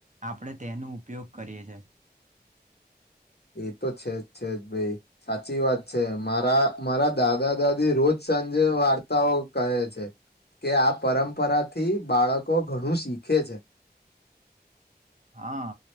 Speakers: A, on the right; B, on the left.
A: આપણે તેનો ઉપયોગ કરીએ છે
B: એ તો છેજ છેજ ભાઈ સાચી વાત છે મારા મારા દાદા દાદી રોજ જ વાર્તાઓ કહે છે કે આ પરંપરા થી બાળકો ઘણું શીખે છે
A: હા